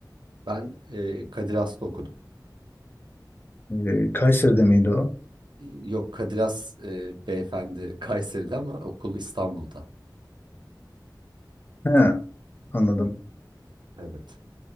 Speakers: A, on the right; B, on the left.
A: Ben e, Kadir Has'ta okudum.
B: E, Kayseri'de miydi o?
A: E, Yok Kadir Has e, beyefendi <laughs> Kayseri'de ama okul İstanbul'da.
B: He, anladım.
A: Evet.